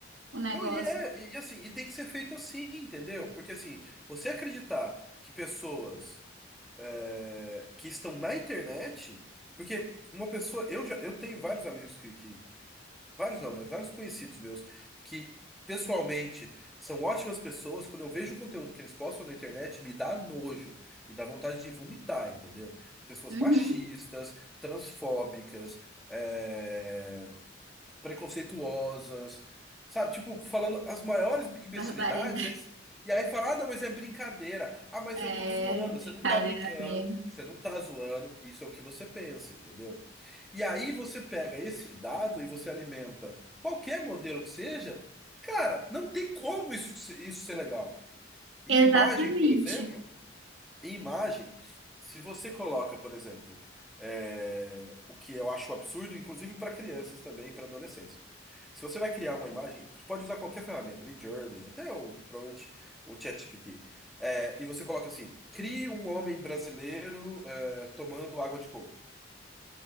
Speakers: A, on the right; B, in the centre.
A: o negócio.
B: Não, e é. E assim, e tem que ser feito assim, entendeu? Porque assim, você acreditar que pessoas é, que estão na internet. Porque uma pessoa. Eu já eu tenho vários amigos que, que vários não, mas vários conhecidos meus que pessoalmente são ótimas pessoas, quando eu vejo o conteúdo que eles postam na internet, me dá nojo, me dá vontade de vomitar, entendeu? Pessoas
A: Uhum.
B: machistas, transfóbicas, eh, preconceituosas, sabe? Tipo, falando as maiores imbecilidades,
A: Barbaridade.
B: e aí e aí fala, ah, não, mas é brincadeira. Ah, mas
A: É,
B: eu tô zoando.
A: brincadeira
B: Você não tá brincando,
A: mesmo.
B: você não tá zoando. Isso é o que você pensa, entendeu? E aí você pega esse dado e você alimenta qualquer modelo que seja, cara, não tem como isso, isso ser legal. Em
A: Exatamente.
B: imagem, por exemplo. E Imagem, se você coloca, por exemplo, é, o que eu acho absurdo, inclusive para crianças também, para adolescentes. Se você vai criar uma imagem, você pode usar qualquer ferramenta, Midjourney, até o, provavelmente o ChatGPT. É, e você coloca assim: crie um homem brasileiro é, tomando água de coco.